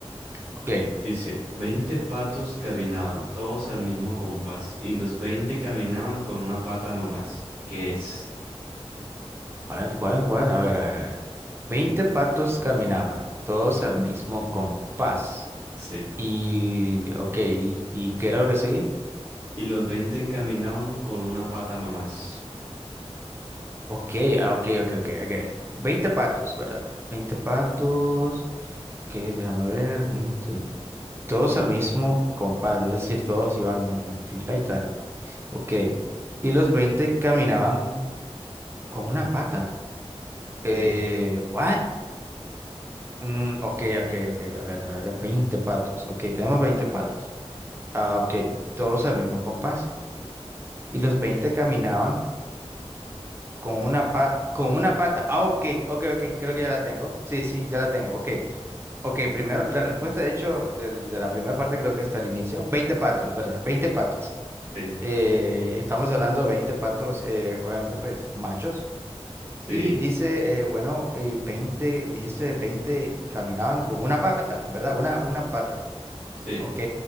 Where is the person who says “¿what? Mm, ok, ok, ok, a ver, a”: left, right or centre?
Right